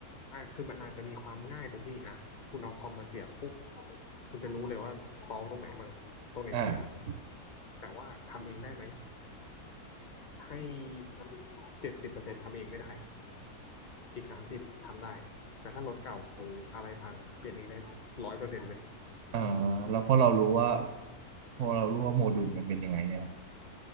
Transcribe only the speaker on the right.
อ่า
อ่าแล้วพอเรารู้ว่า พอเรารู้ว่าโมดูลมันเป็นยังไงใช่ไหม